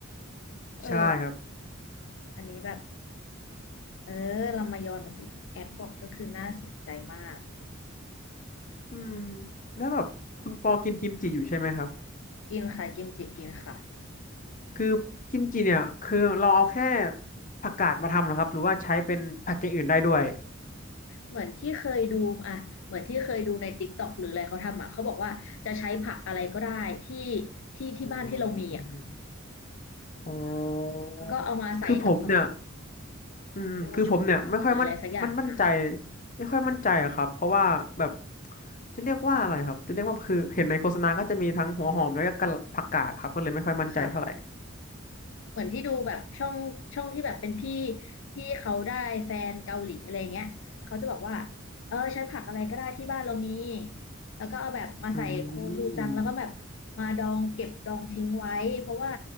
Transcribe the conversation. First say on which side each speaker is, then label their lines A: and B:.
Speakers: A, on the left (about 65°); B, on the left (about 40°).
A: เออ
B: ใช่ครับ
A: อันนี้แบบเออรามยอนแบบที่แอดบอกก็คือน่าสนใจมาก
B: อืมแล้วแบบคุณปอกินกิมจิอยู่ใช่ไหมครับ
A: กินค่ะกิมจิกินค่ะ
B: คือกิมจิเนี่ยคือเราเอาแค่ผักกาดมาทำเหรอครับหรือว่าใช้เป็นผักอย่างอื่นได้ด้วย
A: เหมือนที่เคยดูอ่ะเหมือนที่เคยดูใน TikTok หรืออะไรเขาทำอ่ะเขาบอกว่าจะใช้ผักอะไรก็ได้ที่ที่ที่บ้านที่เรามีอ่ะ
B: อืมอ๋อ
A: แล้วก็เอามาใส่กับซอส
B: คือผมเนี่ยอืมคือผมเนี่ยไม่ค่อยมั่นมั่นมั่นใจ
A: โคชูจังหรืออะไรสักอย่างอ่ะ
B: ไม่ค่อยมั่นใจอะครับเพราะว่าแบบจะเรียกว่าอะไรครับจะเรียกว่าคือเห็นในโฆษณาก็จะมีทั้งหัวหอมแล้วก็กะผักกาดครับก็เลยไม่ค่อยมั่นใจเท่าไหร่
A: ค่ะ เหมือนที่ดูแบบช่องช่องที่แบบเป็นพี่ที่เขาได้แฟนเกาหลีอะไรเงี้ยเขาจะบอกว่าเออใช้ผักอะไรก็ได้ที่บ้านเรามีแล้วก็เอาแบบมาใส่โคชูจังแล้วก็แบบมาดองเก็บดองทิ้งไว้เพราะว่า
B: อืม